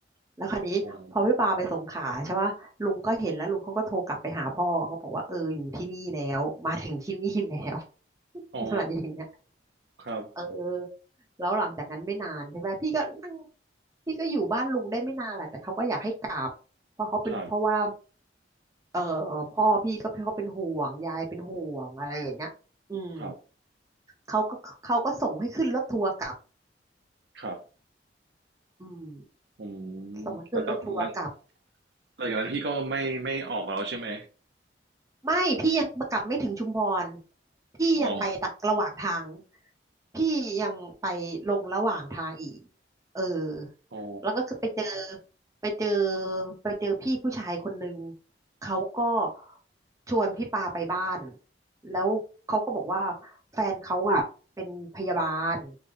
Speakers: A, on the right; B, on the right.
A: แล้วคราวนี้พอพี่ปาไปสงขลาใช่ปะลุงก็เห็นแล้วลุงเขาก็โทรกลับไปหาพ่อเขาบอกว่าเอออยู่ที่นี่แล้วมาถึงที่นี่แล้ว
B: โอ๋อ
A: <laughs>
B: อ้
A: อะไรอย่างเงี้ย
B: ครับ
A: เออแล้วหลังจากนั้นไม่นานใช่ไหมพี่ก็นั่งพี่ก็อยู่บ้านลุงได้ไม่นานแหละแต่เขาก็อยากให้กลับเพราะเขาเป็นเพราะว่า
B: ครับ
A: เออพ่อพี่ก็เขาเป็นห่วงยายเป็นห่วงอะไรอย่างเงี้ยอืม
B: ครับ
A: เขาก็เขาก็ส่งให้ขึ้นรถทัวร์กลับ
B: ครับ
A: อืม
B: อื
A: ส่งให้ขึ้นรถทัวร์กลับ
B: มแต่ตอนหลังหลังจากนั้นพี่ก็ไม่ไม่ออกแล้วใช่ไหม
A: ไม่พี่ยังกลับไม่ถึงชุมพรพี่ยังไปตะระหว่างทาง
B: อ๋อ
A: พี่ยังไปลงระหว่างทางอีกเออ
B: อ๋อ
A: แล้วก็คือไปเจอไปเจอไปเจอพี่ผู้ชายคนหนึ่งเขาก็ชวนพี่ปาไปบ้านแล้วเขาก็บอกว่าแฟนเขาอ่ะเป็นพยาบาล